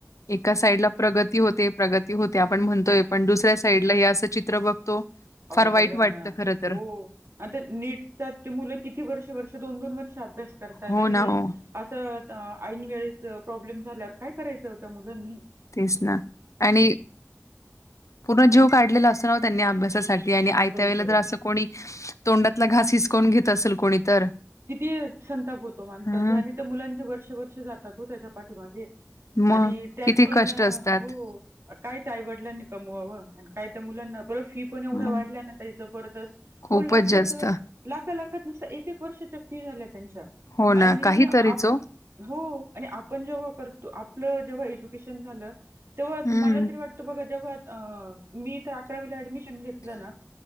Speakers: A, on the left; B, on the right.
A: एका साईड ला प्रगती होते. प्रगती ती होते आपण म्हणतोय पण दुसऱ्या साईडला हे, असं चित्र बघतो.
B: अह
A: फार वाईट
B: बघा
A: वाटतं
B: ना
A: खरं तर.
B: हो आता नीटचा ते मुलं किती वर्ष वर्ष दोन दोन वर्ष अभ्यास करतात
A: हो
B: आणि
A: ना, हो.
B: असं ऐन वेळेस प्रॉब्लेम झाल्यावर काय करायचं होतं मुलांनी.
A: तेच ना आणि पूर्ण जीव काढलेला असतव त्यांनी अभ्यासासाठी. आणि आयत्या
B: बरोबर
A: वेळेला जर
B: आहे
A: असं कोणी तोंडातला घास हिसकवून घेत असेल कोणी तर.
B: किती संताप होतो माणसाचा
A: हं.
B: आणि त्या मुलांचे वर्ष वर्ष जातात हो त्याच्या पाठीमागे.
A: मग
B: आणि त्यात
A: किती
B: पण
A: कष्ट असतात.
B: हो. काय तर आईवडलांनी कमवावं आणि काय तर मुलांना बरं फी. एवढ्या
A: हं.
B: वाढल्या जर
A: खूपच
B: लाखा
A: जास्त.
B: लाख लाात न. वर्षाच्या फी झाल्या त्यांच्या
A: हो ना,
B: आणि
A: काहीतरीच
B: आपण
A: ओ.
B: हो आणि आपण जेव्हा करतो आपलं जेव्हा एज्युकेशन झालं तेव्हा
A: हं, हं,
B: मला तरी वाट तर बघा जेव्हा मी तर अकरावीला ऍडमिशन घेतलं ना.